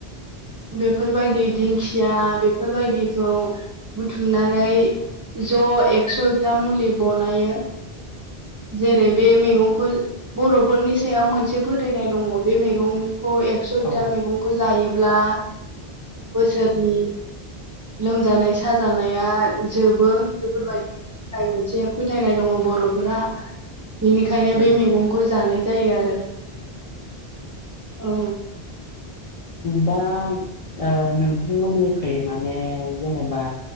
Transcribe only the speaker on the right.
बेफोरबायदि दिं खिया बेफोरबायदिखौ बुथुमनानै ज' एक्स'था मुलि बनायो। जेरै बे मैगंखौ बर'फोरनि सायाव मोनसे फोथायनाय दङ बे मैगंखौ एक्स' एकथा
मैगंखौ जायो ब्ला बोसोरनि लोमजानाय साजानाया जोबो बेफोरबायदिनि थाखाय मोनसे फोथायनाय दङ बर'फोरा बेनिखायनो
बे मैगंखौ जानाय जायो आरो अ